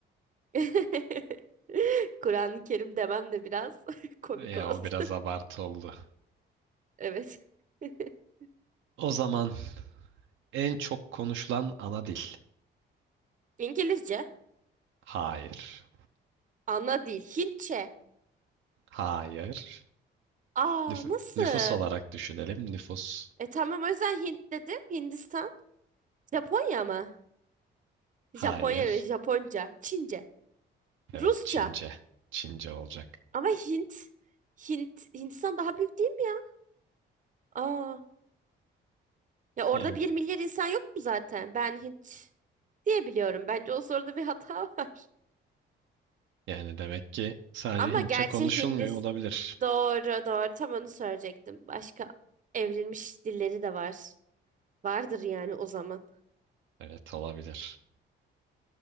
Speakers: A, on the right; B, on the right.
A: <laughs> Kur'an-ı Kerim demem de biraz <laughs> komik
B: Ya
A: oldu.
B: o biraz
A: <laughs>
B: abartı oldu.
A: Evet. <laughs>
B: O zaman en çok konuşulan ana dil.
A: İngilizce.
B: Hayır.
A: Ana dil. Hintçe.
B: Hayır.
A: Aa
B: Nüf-
A: nasıl?
B: nüfus olarak düşünelim. Nüfus.
A: E tamam o yüzden Hint dedim. Hindistan. Japonya mı?
B: Hayır.
A: Japonya ile Japonca. Çince.
B: Evet
A: Rusça.
B: Çince. Çince olacak.
A: Ama Hint. Hint. Hindistan daha büyük değil mi ya? Aa. Ya orada
B: Yani,
A: bir milyar insan yok mu zaten? Ben Hint diye biliyorum. Bence o soruda bir hata <laughs> var.
B: yani demek ki sadece
A: Ama
B: Hintçe
A: gerçi
B: konuşulmuyor
A: Hindis
B: olabilir.
A: doğru doğru tam onu söyleyecektim. Başka evrilmiş dilleri de var. Vardır yani o zaman.
B: Evet olabilir.